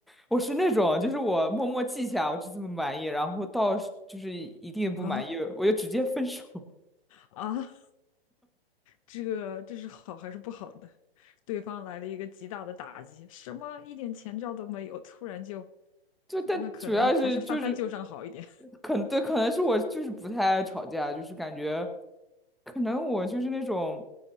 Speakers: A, in the centre; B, on the left (about 35°).
A: 我是那种就是我默默记下我就这么满意，然后到是就是一定不满意我就直接分手。
B: 嗯啊
A: <laughs>
B: 啊，这个这是好还是不好的？对方来了一个极大的打击，什么一点前兆都没有，突然就，
A: 就但主要是就是
B: 那可能还是翻翻旧账好一点。
A: 可能对，可能是我就是不太爱吵架，就是感觉可能我就是那种